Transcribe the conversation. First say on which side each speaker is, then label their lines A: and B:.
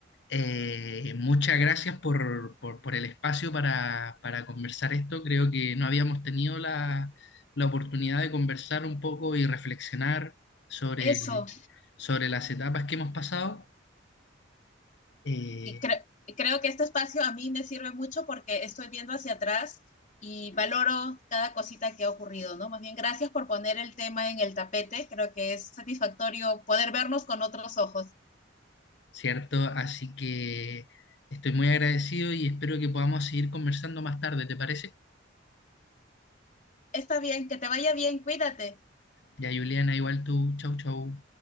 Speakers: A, on the left; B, on the left.
A: Eh, muchas gracias por, por- por el espacio para, para conversar esto. Creo que no habíamos tenido la, la oportunidad de conversar un poco y reflexionar sobre,
B: Eso,
A: sobre las etapas que hemos pasado, eh,
B: y cre- creo que este espacio a mí me sirve mucho porque estoy viendo hacia atrás y valoro cada cosita que ha ocurrido, ¿no? Más bien, gracias por poner el tema en el tapete, creo que es satisfactorio poder vernos con otros ojos.
A: ¿cierto? Así que estoy muy agradecido y espero que podamos seguir conversando más tarde, ¿te parece?
B: Está bien, que te vaya bien, cuídate.
A: Ya, Juliana, igual tú. Chau, chau.